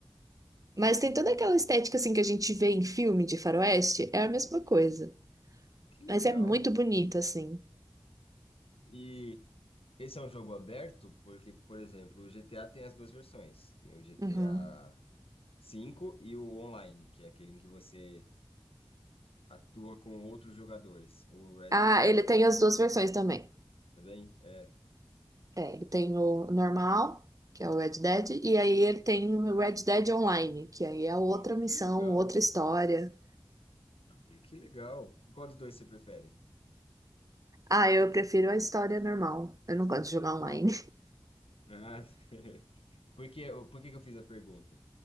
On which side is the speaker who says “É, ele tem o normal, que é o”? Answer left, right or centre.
Right